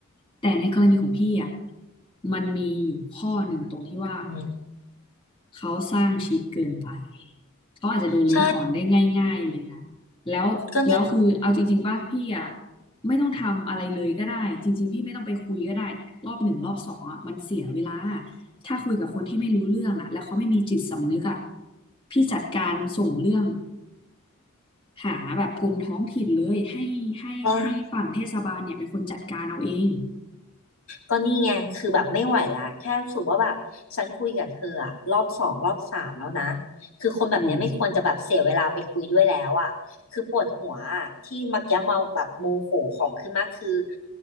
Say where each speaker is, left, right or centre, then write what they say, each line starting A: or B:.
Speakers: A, on the left (about 25°); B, on the left (about 65°).
A: แต่ในกรณีของพี่อ่ะมันมีอยู่ข้อหนึ่งตรงที่ว่า
B: อืม
A: เขาสร้างชิดเกินไป เขาอาจจะโดนรื้อถอนได้ง่ายๆเลยนะ
B: ใช่
A: แล้วแล้วคือเอาจริงๆป่ะพี่อ่ะ
B: ก็นี่
A: ไม่ต้องทำอะไรเลยก็ได้จริงๆพี่ไม่ต้องไปคุยก็ได้รอบหนึ่งรอบสองอ่ะมันเสียเวลาถ้าคุยกับคนที่ไม่รู้เรื่องอ่ะแล้วเขาไม่มีจิตสำนึกอ่ะพี่จัดการส่งเรื่องหาแบบกรมท้องถิ่นเลยให้ให้ให้ฝั่งเทศบาลเนี่ยเป็นคนจัดการเอาเอง
B: ไง ก็นี่ไง คือแบบไม่ไหวละแค่รู้สึกว่าแบบฉันคุยกับเธออะรอบสองรอบสามแล้วนะ คือคนแบบเนี้ยไม่ควรจะแบบเสียเวลาไปคุยด้วยแล้วอะคือปวดหัวอะที่เมักยะเมาแบบโมโหของขึ้นมากคือ
A: อืม